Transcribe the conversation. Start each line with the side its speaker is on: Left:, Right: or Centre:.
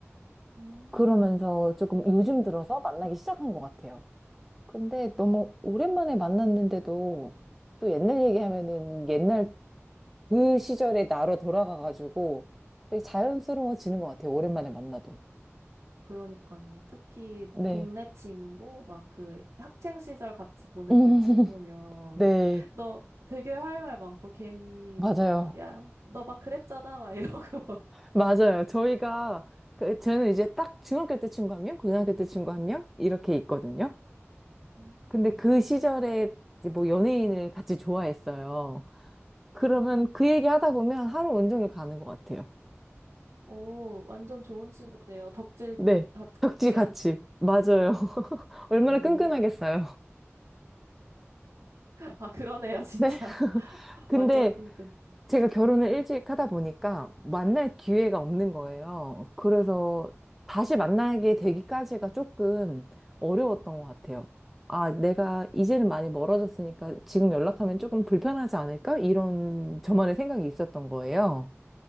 Right: 음.
Centre: 그러면서 조금 요즘 들어서 만나기 시작한 것 같아요. 근데 너무 오랜만에 만났는데도 또 옛날 얘기하면은 옛날 그 시절의 나로 돌아가가지고 되게 자연스러워지는 것 같아요. 오랜만에 만나도.
Right: 그러니까요. 특히 막
Centre: 네.
Right: 동네 친구, 막 그 학창 시절 같이 보냈던
Centre: <laughs>
Right: 친구면
Centre: 네.
Right: 너 되게 할 말 많고 괜히
Centre: 맞아요.
Right: 또 막 야, 너 막 그랬잖아 막 이러고. <laughs>
Centre: 맞아요. 저희가, 그, 저는 이제 딱 중학교 때 친구 한 명, 고등학교 때 친구 한 명, 이렇게 있거든요.
Right: 음.
Centre: 근데 그 시절에 이제 뭐 연예인을 같이 좋아했어요. 그러면 그 얘기 하다 보면 하루 온종일 가는 것 같아요.
Right: 오, 완전 좋은 친구네요. 덕질
Centre: 네.
Right: 하- 같이
Centre: 벽지 같이.
Right: 한 친구.
Centre: 맞아요. <laughs> 얼마나
Right: 어.
Centre: 끈끈하겠어요.
Right: 아, 그러네요, 진짜.
Centre: 네.
Right: <laughs>
Centre: 근데
Right: 완전 끈끈.
Centre: 제가 결혼을 일찍 하다 보니까 만날 기회가 없는 거예요. 그래서 다시 만나게 되기까지가 조금 어려웠던 것 같아요. 아, 내가 이제는 많이 멀어졌으니까 지금 연락하면 조금 불편하지 않을까? 이런 저만의 생각이 있었던 거예요.